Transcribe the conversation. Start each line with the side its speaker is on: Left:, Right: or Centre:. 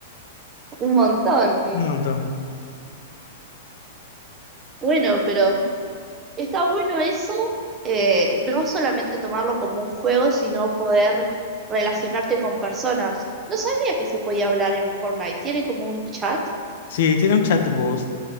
Right: un montón.
Left: un montón.
Right: Bueno, pero está bueno eso, eh, no solamente tomarlo como un juego, sino poder relacionarte con personas. No sabía que se podía hablar en Fortnite. ¿Tiene como un chat?
Left: Sí, tiene un chat de voz.